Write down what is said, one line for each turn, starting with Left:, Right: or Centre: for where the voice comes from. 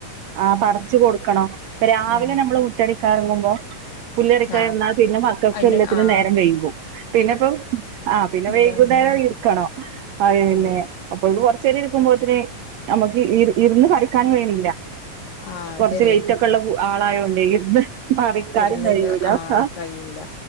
Right: ആഹ് പർച്ച് കൊട്ക്കണം പ്പ രാവിലെന്നെ
Left: ഉം
Right: അമ്മള് മുറ്റടി ക്കാ എർങ്ങുമ്പോ പുല്ലറിക്കാ
Left: ആഹ്
Right: ഇര്ന്നാ പിന്നെ മക്കക്ക്
Left: അയിന്
Right: എല്ലത്തിനും
Left: ആഹ്
Right: നേരം വൈകും പിന്നെ പ്പം പിന്നെ വൈകുന്നേരം
Left: അതാണ്
Right: ഇര്ക്കണം അഹ്ന്നെ
Left: അതെ
Right: അപ്പൊയ്ക്കും കൊർച്ചെരം ഇരിക്കുമ്പോത്തിന് നമ്മക്ക് ഇ ഇര്ന്ന് പറിക്കാനും കയ്യ്ണില്ല
Left: ആഹ്
Right: കൊർച്ച്
Left: ശരിയാ
Right: വെയിറ്റൊക്കെള്ളെ കു ആളായോണ്ടേ ഇര്ന്ന് പറിക്കാനും
Left: ഇരുന്നില്ല
Right: കഴിയൂല ആഹ്
Left: കഴിയൂല